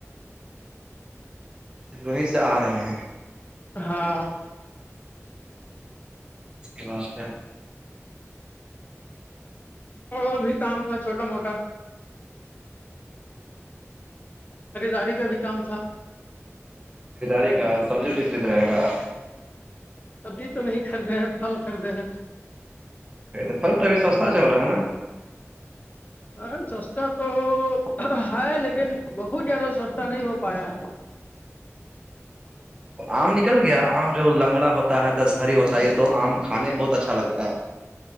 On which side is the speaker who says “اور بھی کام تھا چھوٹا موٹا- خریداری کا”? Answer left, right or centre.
Left